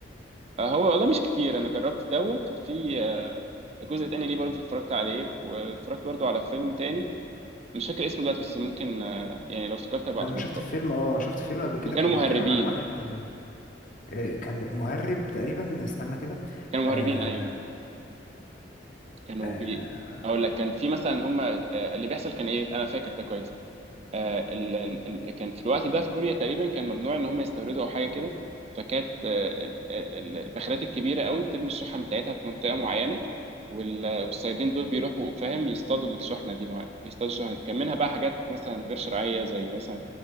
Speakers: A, on the right (about 35°); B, on the left (about 45°).
A: آه، هو والله مش كتير انا جربت دوت وفي آه، جزء تاني ليه برضو اتفرجت عليه واتفرجت برضو على فيلم تاني مش فاكر اسمه دلوقتي بس ممكن آه، يعني لو افتكرت هبعتهولك
B: انا شفت فيلم اه شفت فيلم قبل كده
A: هما كانوا
B: كان
A: مهربين
B: بيتكلم عن واحد آه، آه، كان مهرب تقريبا استنى كده
A: كانوا
B: آه
A: مهربين ايوه كانوا
B: آه
A: بي اقول لك كان في مثلا هما آه، اللي بيحصل كان ايه انا فاكر ده كويس آه، ال- ال- كان في الوقت ده في كوريا تقريبا كان ممنوع ان هم يستوردوا او حاجه كده فكانت آه، ال- ال- البخارات الكبيره قوي بترمي الشحن بتاعتها في منطقه معينه وال- والصيادين دول بيروحوا فاهم يصطادوا الشحنه دي مع- بيصطادوا الشحنه دي كان منها بقى حاجات مثلا غير شرعيه زي مثلا